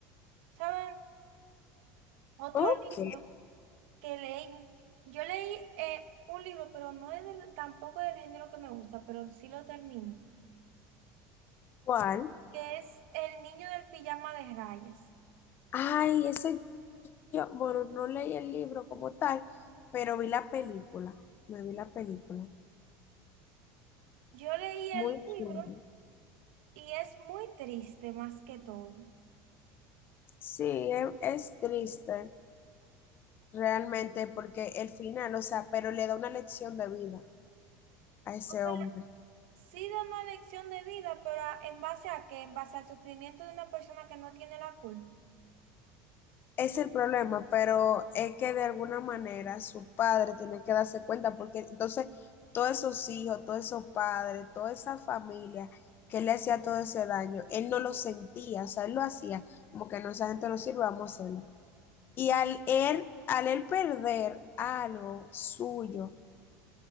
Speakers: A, on the right (about 80°); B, on the left (about 35°).
A: ¿sabes? Otro
B: Ok,
A: libro que leí, yo leí eh, un libro, pero no es del- tampoco del género que me gusta, pero sí lo terminé,
B: ¿cuál?
A: que es El niño del pijama de rayas.
B: Ay, ese yo, bueno, no leí el libro como tal, pero vi la película. Me vi la película.
A: Yo leí el
B: Muy
A: libro
B: chulo.
A: y es muy triste más que todo.
B: Sí, e- es, triste realmente porque el final, o sea, pero le da una lección de vida a ese
A: O sea,
B: hombre.
A: sí da una lección de vida, pero ¿a- ¿en base a qué? En base al sufrimiento de una persona que no tiene la culpa.
B: Es el problema, pero es que de alguna manera su padre tiene que darse cuenta, porque entonces todos esos hijos, todos esos padres, toda esa familia que le hacía todo ese daño, él no lo sentía, o sea, él lo hacía como que no, esa gente no sirve, vamos a hacerlo. Y al él, al él perder algo suyo